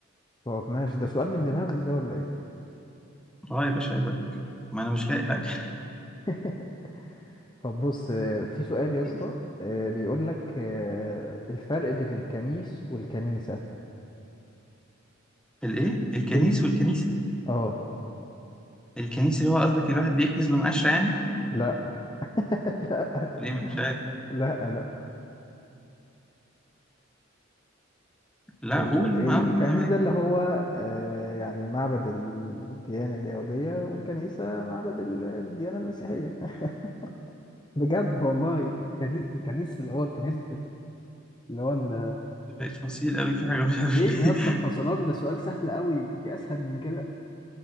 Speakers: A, on the left (about 20°); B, in the centre.
A: طب ماشي ده سؤال من دماغك ده ولا ايه
B: اه يا باشا عيب عليك ما انا مش لاقي حاجه
A: <laughs> طب بص آه، في سؤال يا اسطى
B: <laughs>
A: آه، بيقول لك آه، الفرق بين الكنيس والكنيسة
B: الايه الكنيس
A: الف
B: والكنيسه
A: اه
B: الكنيسه اللي هو قصدك الواحد بيكنس بمقشره يعني
A: لا <laughs>
B: ليه مش عارف
A: لا لا لا
B: لا
A: ال-
B: قول
A: ال-
B: ما قول
A: الكنيس
B: ما ما-
A: ده اللي هو آه، يعني معبد الديانة اليهودية والكنيسة معبد ال- الديانة المسيحية <laughs> بجد والله الكنيس الكنيس اللي هو الكنيس اللي هو ال-
B: بقيت فصيل قوي في حاجه مش عارف
A: فين
B: ليه
A: يا اسطى
B: <laughs>
A: الفصلان ده سؤال سهل قوي في اسهل من كده